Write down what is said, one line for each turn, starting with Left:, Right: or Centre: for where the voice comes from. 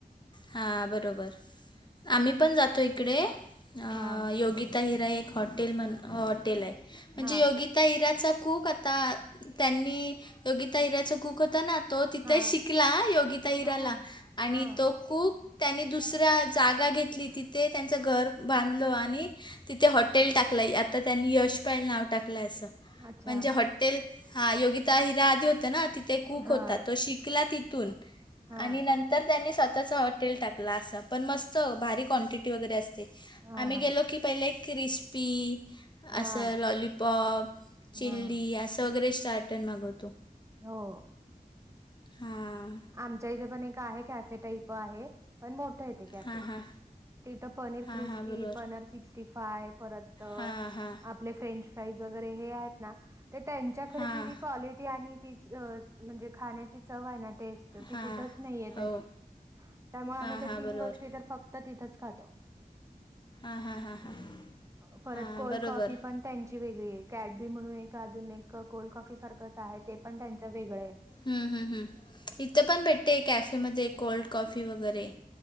Left: हा हा बरोबर. आम्ही पण जातो इकडे अ
Right: हा
Left: योगिता हिरा एक हॉटेल म्हण हॉटेल आहे म्हणजे
Right: हा
Left: योगी ता हिराचा कूक आता त्यांनी योगिता हिऱ्याचा कूक होता ना तो तिथे
Right: हा
Left: शिकला योगिता हिराला
Right: हा हा
Left: आणि
Right: हा
Left: तो कूक त्यांनी दुसऱ्या जागा घेतली तिथे त्यांचं घर बांधलं आणि तिथे हॉटेल टाकलय आता त्यांनी यश पॅल नाव टाकलंय असं
Right: अच्छा
Left: म्हणजे हॉट्टेल, हा योगिता हिरा आधी होत ना तिथे एक कूक
Right: हा
Left: होता, तो शिकला तिथून
Right: हा
Left: आणि नंतर त्यानें स्व ताच हॉटेल टाकल असं पण मस्त भारी क्वांटिटी वगैरे असते.
Right: हा
Left: आम्ही
Right: हा
Left: गेलो की पहिले एक क्रिस्पी
Right: हा
Left: असं लॉलीपॉप, चिली
Right: हा
Left: असं वगैरे स्टार्टर मागवतो.
Right: हो.
Left: हा.
Right: आमच्या इथे पण एक आहे कॅफे टाईप आहे पण मोठ आहे. ते कॅफे
Left: हा हां.
Right: तिथं पनीर
Left: हां
Right: क्रिस्पी,
Left: हां बरोबर
Right: पनर सिक्स्टी फाय परत
Left: हां हां
Right: आपले फ्रेंच फ्राईज वगैरे हे आहेत ना, तर त्यांच्याकडची
Left: हां
Right: जी क्वालिटी आणि तीच म्हणजे खाण्याची चव आहे ना, टेस्ट ती
Left: हां
Right: कुठच नाहीयत
Left: हो
Right: अशी. त्यामुळे आम्ही
Left: हां
Right: त्या
Left: हां
Right: तीन
Left: बरोबर
Right: गोष्टी फक्त फक्त तिथंच खातो.
Left: हां हां हां हां
Right: <inaudible> परत
Left: हां
Right: कोल्ड
Left: बरोबर
Right: कॉफी पण त्यांची वेगळी आहे. कॅडबी म्हणून एक अजून एक, कोल्ड कॉफी सारखंच आहे, ते पण त्यांचं वेगळं आहे.
Left: हम् हम् हम्. इथं पण भेटते कॅफेमध्ये कोल्ड कॉफी वगैरे.